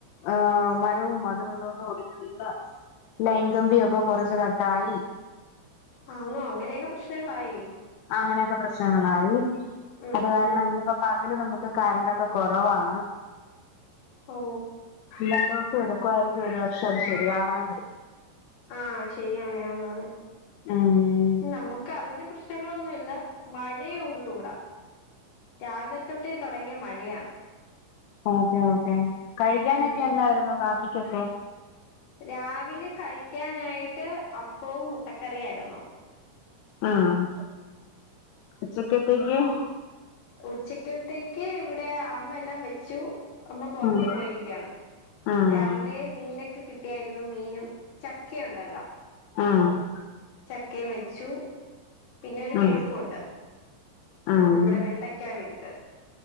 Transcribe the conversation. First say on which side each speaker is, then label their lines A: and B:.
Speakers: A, on the left (about 85°); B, on the left (about 60°).
A: ഏഹ് മരവും അതും ഇതുമൊക്കെ ഒടിഞ്ഞ് വീണ് ലൈൻ കമ്പിയൊക്കെ കൊറച്ച് കട്ടായി.
B: ആന്നോ അങ്ങനെയൊക്കെ പ്രശ്നങ്ങളായി?
A: അങ്ങനെയൊക്കെ പ്രശ്നങ്ങളായി.
B: ഉം
A: അത് കാരണം
B: ഉം
A: ഇന്നിപ്പോ പകല് നമുക്ക് കറണ്ടൊക്കെ കുറവാണ്.
B: ഓ
A: രണ്ടൂസം എട് ക്കോയ്രിക്കും ഒരുപക്ഷേ അത് ശരിയാവണെങ്കില്
B: ആ ശരിയാണ് ആന്ന് ആന്ന്
A: ഉം
B: നമ്മുക്ക് അതിന്റെ പ്രശ്നങ്ങളൊന്നുൽ ല്ല മഴയുള്ളൂട രാവിലെ തൊട്ടെ തൊടങ്ങ്യ മഴയാണ്
A: ഓക്കെ ഓക്കെ കഴിക്കാനൊക്കെ
B: ഉം
A: എന്തായിര്ന്നു കാപ്പി ച്ചൊക്കെ
B: രാവിലെ കഴിക്കാനായിട്ട് അപ്പവും മുട്ടക്കറി ആയിരുന്നു
A: ആഹ് ഉച്ചക്കത്തേയ്ക്ക് <unintelligible>
B: ഉച്ചക്കൽത്തേക്ക് ഇവിടെ അമ്മ എല്ലാം വെച്ചു അമ്മ പൊറത്തു
A: ആഹ്
B: പോയിരിക്കാണ്
A: ആഹ്
B: രാവിലെ മീനൊക്കെ കിട്ടിയാര്ന്നു മീനും ചക്കേണ്ടല്ലോ
A: ആഹ്
B: ചക്കേംവെച്ചു പിന്നെ ഒരു വിഴുക്കുണ്ട്
A: ആഹ് ആഹ്
B: നമ്മുടെ വെണ്ടയ്ക്കാ വിഴുക്ക്